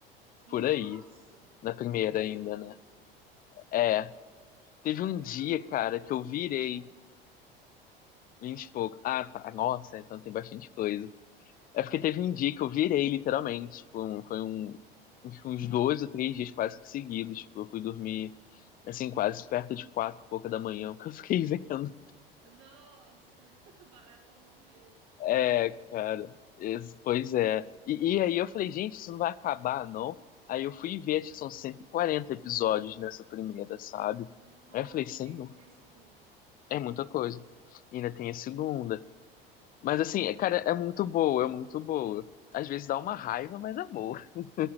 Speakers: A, on the right; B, on the left.
A: Nossa!
B: por aí. Na primeira
A: <laughs>
B: ainda, né? É, teve
A: Eu
B: um
A: acho que
B: dia,
A: eu tô no,
B: cara,
A: no
B: que eu
A: 20
B: virei
A: e pouco.
B: vinte e pouco. Ah, tá. Nossa, então tem bastante coisa. É porque teve um dia que eu virei, literalmente. Tipo, um- foi um, uns uns dois ou três dias quase que seguidos. Tipo, eu fui dormir, assim, quase perto de quatro e pouca da manhã, <laughs> o que eu fiquei <laughs> vendo.
A: Nossa, <laughs> maratonou mesmo.
B: É, cara. es- Pois é. E, e aí eu falei, gente, isso não vai acabar, não? Aí eu fui ver, acho que são 140 episódios nessa primeira, sabe?
A: Nossa,
B: Aí eu falei, senhor,
A: ainda tem a segunda.
B: é muita coisa. E ainda tem a segunda. Mas assim, é- cara, é muito boa, é muito boa. Às vezes dá uma raiva, mas é boa. <laughs>